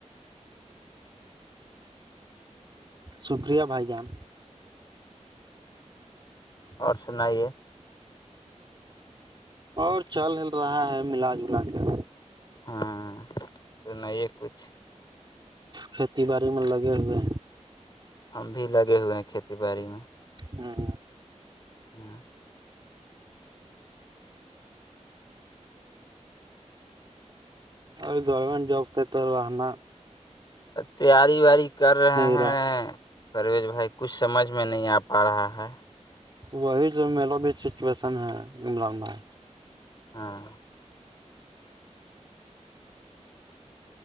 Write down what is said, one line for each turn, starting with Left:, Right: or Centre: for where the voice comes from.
Right: شکریہ بھائی جان
Left: اور سنائیے
Right: اور چلل رہا ہے ملاج جلا کر
Left: ہاں تو نہیں یہ کچھ
Right: کھیتی باڑی میں لگے ہوئے
Left: ہم بھی لگے ہوئے ہیں کھیتی باڑی میں
Right: ہاں
Left: ہاں
Right: اور گورنمنٹ جاب کا طر وہناا
Left: تیاری ویاری کر رہے ہیں
Right: رہا
Left: پرویز بھائی کچھ سمجھ میں نہیں آ پا رہا ہے
Right: وہی جو میرا بھی سچویشن ہے عمران میں
Left: ہاں <inaudible>